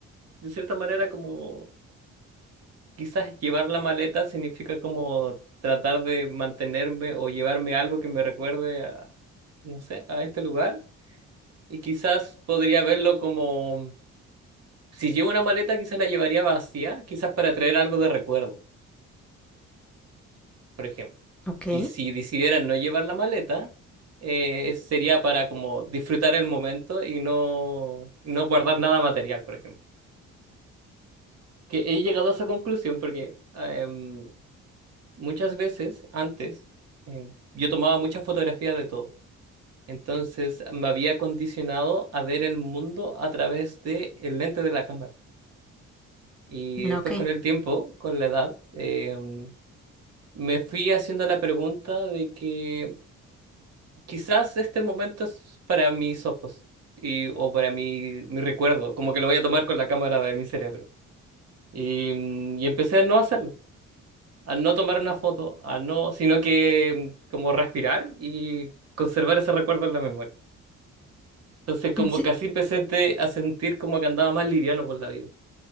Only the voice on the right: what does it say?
de cierta manera como quizás llevar la maleta significa como tratar de mantenerme o llevarme algo que me recuerde a, no sé, a este lugar. Y quizás podría verlo como, si llevo una maleta, quizás la llevaría vacía, quizás para traer algo de recuerdo, por ejemplo.
Y si decidiera no llevar la maleta, eh, sería para como disfrutar el momento y no, no guardar nada material, por ejemplo. Que he llegado a esa conclusión porque em, muchas veces antes em, yo tomaba muchas fotografías de todo. Entonces me había condicionado a ver el mundo a través de el lente de la cámara. Y después
con el tiempo, con la edad, em, me fui haciendo la pregunta de que quizás este momento es para mis ojos y, o para mi, mi recuerdo, como que lo voy a tomar con la cámara de mi cerebro. Y, mm, y empecé a no hacerlo, a no tomar una foto, a no, sino que em, como respirar y conservar ese recuerdo en la memoria. Entonces como
que así empecé a sentir como que andaba más liviano por la vida.